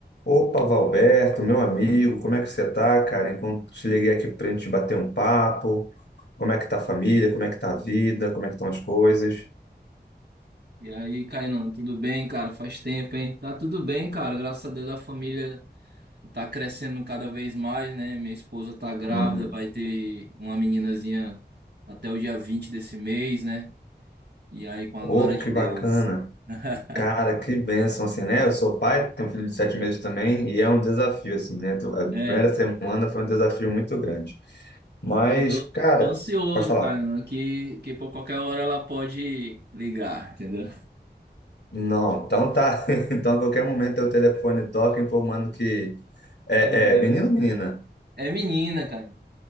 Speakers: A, on the left; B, on the right.
A: Opa, Valberto, meu amigo, como é que você tá, cara? Enquanto te liguei aqui pra gente bater um papo, como é que tá a família, como é que tá a vida, como é que estão as coisas?
B: E aí, Kainan, tudo bem, cara? Faz tempo, hein? Tá tudo bem, cara. Graças a Deus a família tá crescendo cada vez mais, né? Minha esposa tá grávida,
A: Uhum.
B: vai ter uma meninazinha até o dia 20 desse mês, né? E aí, com a
A: Oh,
B: glória de
A: que
B: Deus.
A: bacana.
B: <laughs>
A: Cara, que bênção, assim, né? Eu sou pai, tenho um filho de sete meses também, e é um desafio, assim, né? Tu- A primeira
B: É,
A: semana foi um desafio muito grande. Mas,
B: eu tô,
A: cara,
B: tô ansioso,
A: pode falar.
B: Kainan, que, que por qualquer hora ela pode ligar, entendeu?
A: Não, então tá. <laughs> Então a qualquer momento o telefone toca informando que é,
B: Pois é.
A: é menino ou menina?
B: É menina, cara.